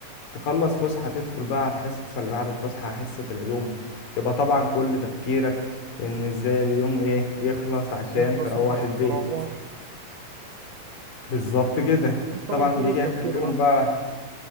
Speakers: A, on the left (about 75°); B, on the right (about 65°).
A: تخلص فسحة تدخل بقى على الحصة اللي بعد الفسحة حصة العلوم تبقى طبعا كل تفكيرك ان ازاي اليوم ايه يخلص عشان
B: يخلص
A: تروح
B: وتروح
A: البيت
B: تروح
A: بالظبط كده
B: طبعا
A: طبعا
B: كل
A: بيجي
B: التفكير
A: اخر اليوم
B: واحد
A: بقى